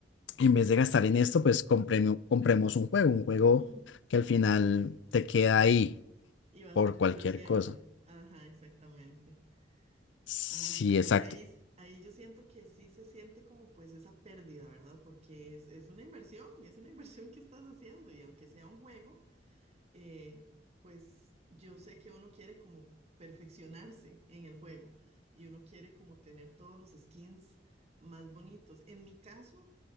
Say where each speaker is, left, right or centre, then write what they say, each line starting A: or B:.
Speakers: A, on the left; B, on the right.
A: en vez de gastar en esto, pues compremo- compremos un juego, un juego
B: Mm,
A: que al final te queda ahí
B: Y va a
A: por
B: ser
A: cualquier
B: tuyo siempre.
A: cosa.
B: Ajá, exactamente.
A: Sí,
B: Ah, sí,
A: exacto.
B: es que ahí, s- ahí yo siento que sí se siente como pues esa pérdida, ¿verdad? Porque es, es una inversión, es una <laughs> inversión que estás haciendo y aunque sea un juego, eh, pues yo sé que uno quiere como perfeccionarse en el juego y uno quiere como tener todos los skins más bonitos. En mi caso...